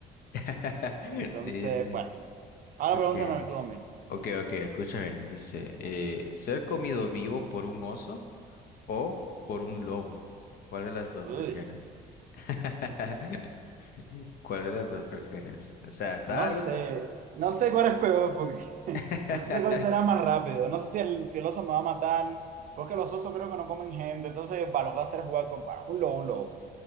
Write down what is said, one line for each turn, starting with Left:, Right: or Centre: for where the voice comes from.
Left: <laughs>
Right: Entonces,
Left: Sí, sí.
Right: bueno, ahora
Left: Okay.
Right: pregúntame tú a mí.
Left: Ok, ok, escucha bien. Dice, eh, ¿ser comido vivo por un oso o por un lobo? ¿Cuál de las dos
Right: Uy.
Left: prefieres? <laughs> ¿Cuál de las dos prefieres? O sea, está
Right: No
Left: algo
Right: sé,
Left: como...
Right: no sé cuál es peor, porque <laughs>
Left: <laughs>
Right: no sé cuál será más rápido. No sé si el, si el oso me va a matar, porque los osos creo que no comen gente, entonces para lo que va a hacer es jugar con para un lobo, un lobo.